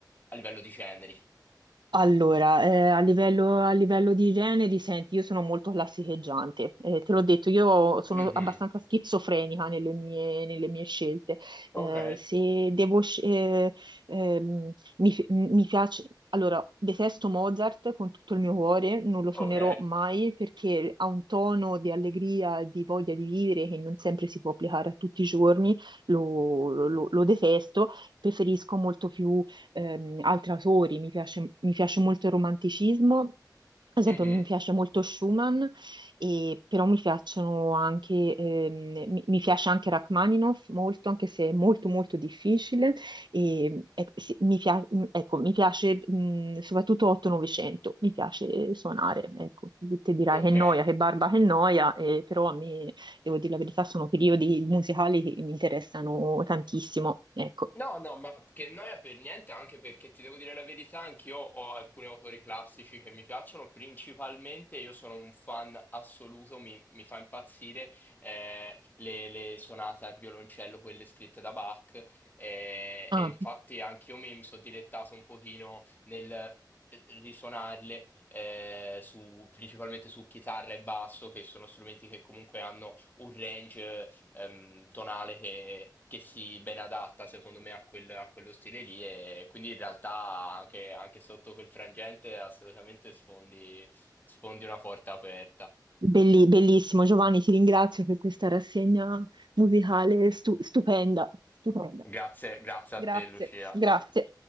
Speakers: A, on the left; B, on the right.
A: a livello di generi?
B: Allora, eh, a livello, a livello di generi, senti, io sono molto classicheggiante, Eh, te l'ho detto, io sono
A: Mhm.
B: abbastanza schizofrenica nelle mie, nelle mie scelte.
A: Ok,
B: Eh, se devo, sc- eh, ehm, mi, fi- mi piace, allora, detesto Mozart con tutto il mio cuore, non lo suonerò
A: ok.
B: mai perché ha un tono di allegria, e di voglia di vivere che non sempre si può applicare a tutti i giorni, lo lo- lo- lo detesto, preferisco molto più ehm, altri autori, mi piace, mi piace molto il romanticismo, ad esempio
A: Mhm.
B: mi piace molto Schumann, e- però mi piacciono anche, ehm, mi, mi piace anche Rachmaninoff molto, anche se è molto molto difficile, e, ecco, sì, mi, pia- ecco, mi piace mh, soprattutto 8-900, mi piace suonare, ecco, te dirai
A: Ok.
B: che noia, che barba, che noia, eh, però a me, devo dire la verità, sono periodi musicali che mi interessano tantissimo, ecco.
A: No, no, ma che noia per niente, anche perché ti devo dire la verità, anch'io ho alcuni autori classici che mi piacciono, principalmente io sono un fan assoluto, mi, mi fa impazzire eh, le, le sonate al violoncello, quelle scritte da Bach, eh,
B: Ah.
A: e infatti anch'io mi, mi sono dilettato un pochino nel eh, risuonarle eh, su- principalmente su chitarra e basso, che sono strumenti che comunque hanno un range ehm, tonale che, che si ben adatta secondo me a, quel- a quello stile lì e quindi in realtà anche, anche sotto quel frangente assolutamente sfondi, sfondi una porta aperta.
B: Belli- bellissimo, Giovanni, ti ringrazio per questa rassegna musicale stu- stupenda, stupenda.
A: Grazie, grazie
B: Grazie,
A: a te Lucia.
B: grazie.